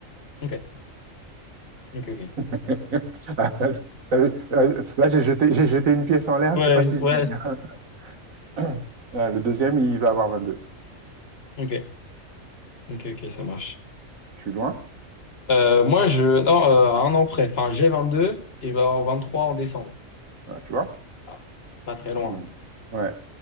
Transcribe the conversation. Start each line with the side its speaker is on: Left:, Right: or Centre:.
Left: Ok, ok, ok.
Right: <laughs> Ah, t'as- t'as vu Euh, Là, j'ai jeté, j'ai jeté une pièce en l'air,
Left: Ouais,
Right: je sais pas si
Left: ouais,
Right: je gagne. <coughs> <laughs> Euh, Le deuxième, il va avoir 22.
Left: ok, ok, ok, ça marche.
Right: Je suis loin.
Left: Euh, moi, je. Non, euh, un an près. Enfin, j'ai 22 et je vais avoir 23 en décembre.
Right: Ah, tu vois?
Left: Ah, pas très loin.
Right: Hmm. Ouais.